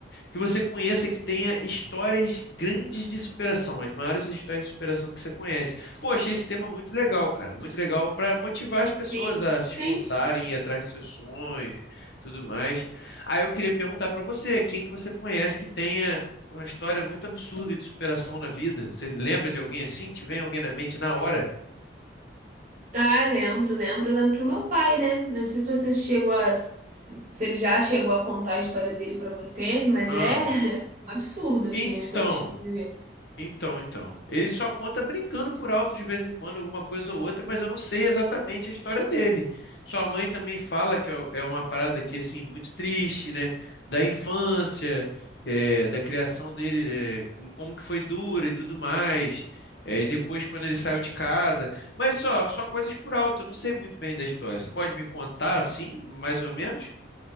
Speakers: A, on the left; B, on the right.
A: que você conheça, que tenha histórias grandes de superação, as maiores histórias de superação que você conhece. Pô, achei esse tema muito legal, cara, muito legal para motivar as pessoas
B: sim,
A: a se esforçarem,
B: sim.
A: ir atrás dos seus sonhos, tudo mais. Aí eu queria perguntar para você, quem que você conhece que tenha uma história muito absurda de superação na vida? Você lembra de alguém assim? Te vem alguém na mente na hora?
B: Ah, lembro, lembro, lembro pro meu pai, né? Não sei se você chegou a... Se se ele já chegou a contar a história dele pra você, mas
A: Ah,
B: é <laughs> um absurdo, assim,
A: então
B: as coisas que ele viveu.
A: Então, então. Ele só conta brincando por alto de vez em quando, alguma coisa ou outra, mas eu não sei exatamente a história dele. Sua mãe também fala que é é uma parada que, assim, muito triste, né? Da infância, é, da criação dele, é, como, como que foi dura e tudo mais. É, e depois, quando ele saiu de casa. Mas só, só coisas por alto, eu não sei muito bem da história. Você pode me contar, assim, mais ou menos?